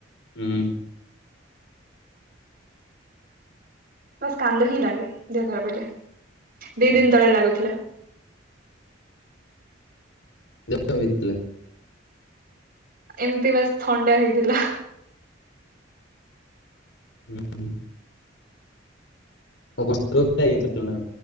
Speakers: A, on the left (about 75°); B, on the right (about 50°).
A: ହୁଁ।
B: ବାସ୍ କାନ୍ଦ ହିଁ ଲାଗେ ଦେହଖରାପ୍ ହେଲେ
A: ହଁ।
B: ଦି ଦିନି ତଳେ ଲାଗୁଥିଲା।
A: ଦେଖ ଭଥିଲା।
B: ଏମ୍ତି ବାସ୍ ଥଣ୍ଡା ହେଇଥିଲା।
A: ହୁଁ ହୁ। ଅବସ୍ତ୍ର ଓଦା ହେଇଥିଲା ନା